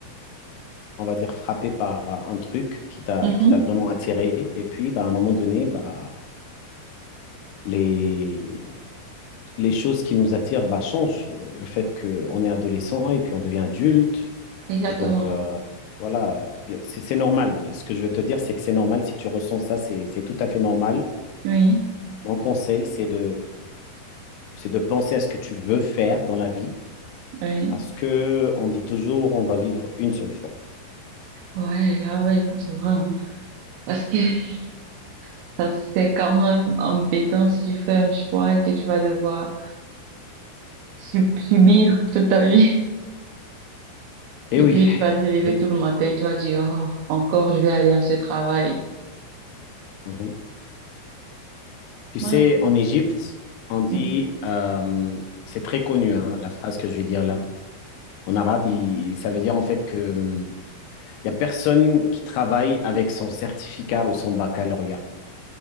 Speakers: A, on the left; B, on the right.
A: on va dire, frappé par euh, un truc qui t'a,
B: Mhm.
A: qui t'a vraiment attiré. Et puis, bah, à un moment donné, bah, les, les choses qui nous attirent bah, changent. Euh, Le fait qu'on est adolescent et puis on devient adulte
B: Exactement.
A: Et donc, euh, voilà, c'est c'est normal. Ce que je veux te dire, c'est que c'est normal. Si tu ressens ça, c'est c'est tout à fait normal.
B: Oui,
A: Mon conseil, c'est de, c'est de penser à ce que tu veux faire dans la vie,
B: oui.
A: parce que on dit toujours, on va vivre une seule fois.
B: Ouais, ah ouais, ça c'est vrai. hein. Parce que <laughs> ça c'est quand même embêtant si tu fais un choix et que tu vas devoir sub- subir toute ta vie.
A: Eh
B: Et
A: oui,
B: puis, tu vas te lever
A: oui.
B: tout le matin, tu vas dire, oh, encore, je vais aller à ce travail.
A: Mhm. Tu
B: Bah,
A: sais, en Égypte, on dit,
B: oui,
A: euh, c'est très connu, hein, la phrase que je vais dire là. En arabe, il- ça veut dire en fait que, hum, il y a personne qui travaille avec son certificat ou son baccalauréat.